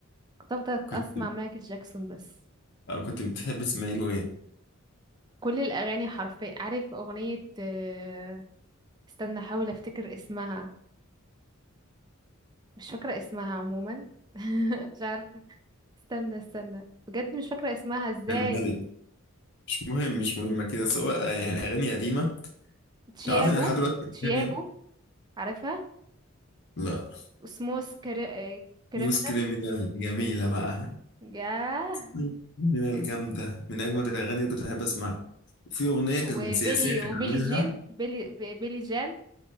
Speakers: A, on the right; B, on the left.
A: كنت افضل
B: كنت
A: اسمع مايكل جاكسون بس
B: أو كنت بتحب اسماعيل وايه
A: كل الاغاني حرفيا عارف اغنية آه، استنى احاول افتكر اسمها مش فاكرة اسمها عموما <laughs> مش عارفة استنى استنى بجد مش فاكرة اسمها ازاي
B: كان ملك مش مهم مش مهمة كده سواء آه، يعني اغاني قديمة
A: تشياجو
B: تعرف ان لحد دلوقتي
A: تشياجو
B: أغاني-
A: عارفها
B: لا
A: وسموس كري... كريمنال
B: نص كريمينال جميلة بقى
A: ياه
B: نوس كريمينال جامدة من اجمد الاغاني اللي كنت بحب اسمعها وفي اغنية كانت
A: وبيلي
B: سياسية كان
A: وبيلي
B: عاملها
A: جين بيلي بي- بيلي جان